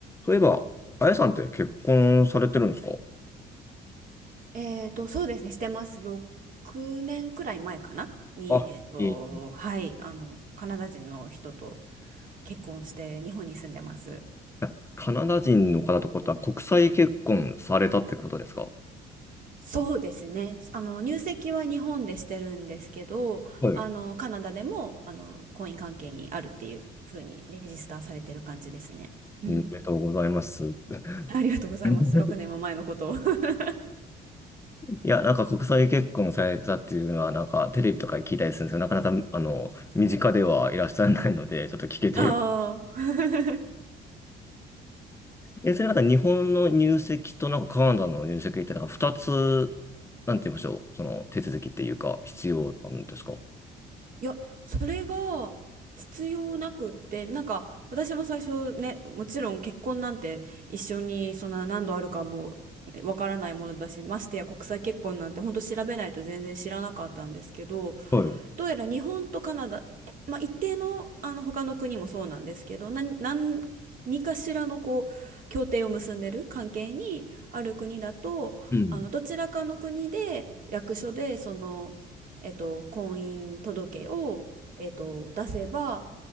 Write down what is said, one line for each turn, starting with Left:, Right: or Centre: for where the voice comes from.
Left: そういえば、あやさんって結婚されてるんですか
Right: えーと、そうですね、してます。6年くらい前かなに、
Left: あ、
Right: えーと、
Left: えっ
Right: はい、あの、カナダ人の人と結婚して日本に住んでます。
Left: と、カナダ人の方ってことは国際結婚されたってことですか
Right: そうですね。あの、入籍は日本でしてるんですけど、
Left: はい。
Right: あの、カナダでも、あの、婚姻関係にあるっていう風にレジスターされてる感じですね。うん。
Left: おめでとうございます。
Right: ありがとうございます。
Left: <laughs>
Right: 6年も前のことを。<laughs>
Left: いや、なんか国際結婚されたっていうのは、なんかテレビとかで聞いたりするんですけど、なかなか、あの、身近ではいらっしゃらないので、ちょっと聞けてよ。
Right: ああ。
Left: え、それなんか日本の入籍となんかカナダの入籍って、なんか二つ、なんて言いましょう、その手続きっていうか、必要なんですか
Right: いや、それが必要なくって、なんか私も最初ね、もちろん結婚なんて一緒にそんな何度あるかもねわからないものだし、ましてや国際結婚なんて本当調べないと全然知らなかったんですけど、
Left: はい。
Right: どうやら日本とカナダ、まあ、一定の、あの他の国もそうなんですけど、何、何、何かしらのこう協定を結んでる関係にある国だと、
Left: うん
Right: あのどちらかの国で役所でその、えっと、婚姻届を、えっと、出せば、